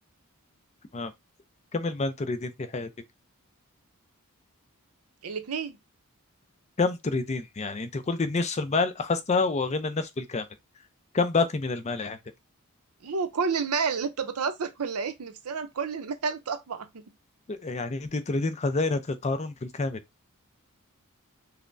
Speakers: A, on the left; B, on the right.
A: تمام كم المال تريدين في حياتك؟
B: الاتنين
A: كم تريدين؟ يعني أنت قلت نصف المال أخذتها وغنى النفس بالكامل كم باقي من المال عندك؟
B: مو كل المال اللي انت بتهزر ولا ايه نفسنا بكل المال طبعا
A: يعني أنت تريدين خزائنك قارون بالكامل